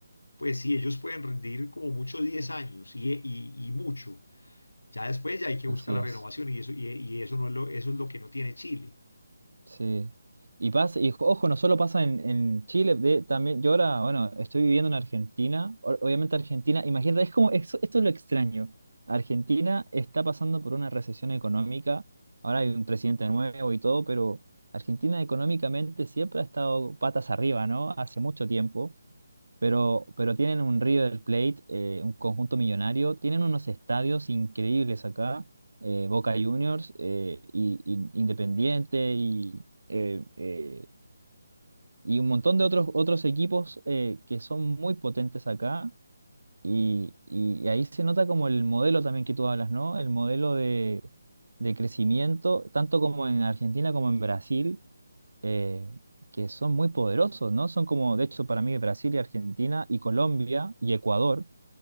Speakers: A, on the left; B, on the right.
A: pues, sí, ellos pueden rendir como mucho 10 años y, y, y mucho. Ya después ya hay que buscar
B: así
A: la
B: es.
A: renovación y eso, y, y eso no es lo, eso es lo que no tiene Chile.
B: Sí. Y pasa, y ojo, no solo pasa en, en Chile, de, también, yo ahora, bueno, estoy viviendo en Argentina. o- Obviamente Argentina, imagínate, es como, esto, esto es lo extraño. Argentina está pasando por una recesión económica. Ahora hay un presidente nuevo y todo, pero Argentina económicamente siempre ha estado patas arriba, ¿no? Hace mucho tiempo. Pero, pero tienen un River Plate, eh, un conjunto millonario, tienen unos estadios increíbles acá, eh, Boca Juniors, eh, y, y Independiente y, eh, eh, y un montón de otros, otros equipos eh, que son muy potentes acá. Y, y ahí se nota como el modelo también que tú hablas, ¿no? El modelo de, de crecimiento, tanto como en Argentina como en Brasil eh, que son muy poderosos, ¿no? Son como, de hecho, para mí Brasil y Argentina y Colombia y Ecuador,